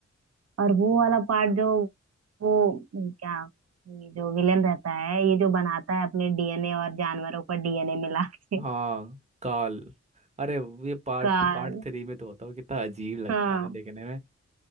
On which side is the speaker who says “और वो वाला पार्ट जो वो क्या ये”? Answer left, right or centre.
Right